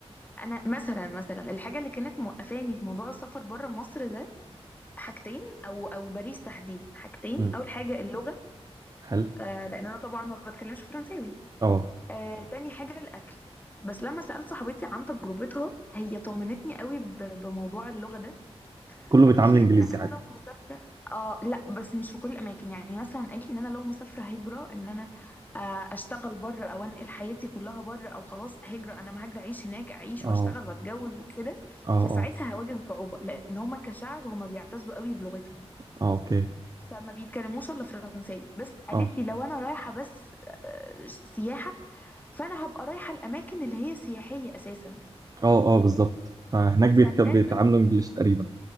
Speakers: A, on the left (about 15°); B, on the right (about 35°).
A: انا مثلا مثلا الحاجه اللي كانت موقفاني في موضوع السفر بره مصر ده حاجتين او او باريس تحديدا حاجتين
B: مم.
A: اول حاجه اللغه
B: حلو
A: آه لان انا طبعا ما بتكلمش فرنساوي
B: اه
A: آه تاني حاجه الاكل بس لما سالت صاحبتي عن تجربتها هي طمنتني قوي ب- بموضوع اللغه ده
B: كله بيتعامل
A: قالت لي
B: انجليزي
A: ان انا
B: عادي
A: لو مسافره اه لا بس مش في كل الاماكن يعني مثلا قالت لي ان انا لو مسافره هجره ان انا آه، اشتغل بره او انقل حياتي كلها بره او خلاص هجره انا ما هاجر اعيش هناك اعيش
B: اه
A: واشتغل واتجوز وكده
B: اه
A: فساعتها
B: اه
A: هواجه صعوبه لان هما كشعب هما بيعتزوا قوي بلغتهم
B: اه اوكي
A: فما بيتكلموش الا فرنساوي بس قالت
B: اه
A: لي لو انا رايحه بس آه، سياحه فانا هبقى رايحه الاماكن اللي هي سياحيه اساسا
B: اه اه بالظبط فهناك بيتك...
A: فالناس
B: بيتعاملوا انجليش تقريبا